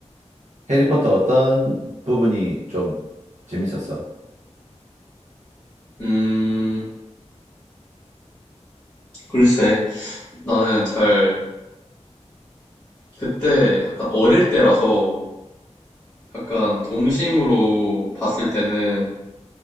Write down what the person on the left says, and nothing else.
음, 글쎄, 나는 잘 그때 약간 어릴 때라서 약간 동심으로 봤을 때는